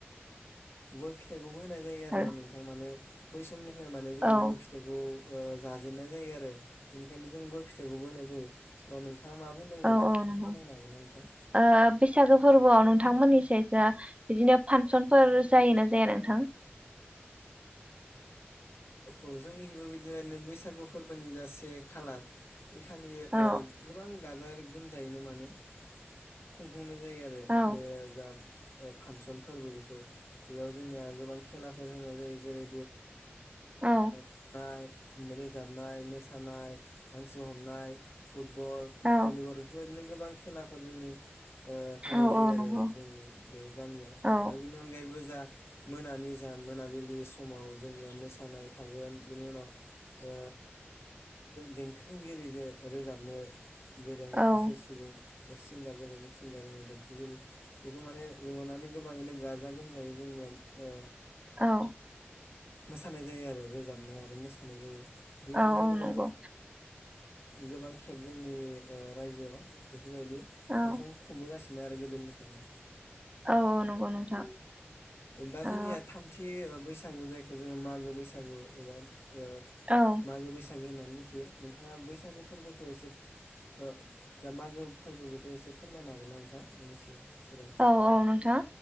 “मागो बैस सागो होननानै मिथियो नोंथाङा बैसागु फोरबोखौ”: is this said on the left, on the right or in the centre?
Left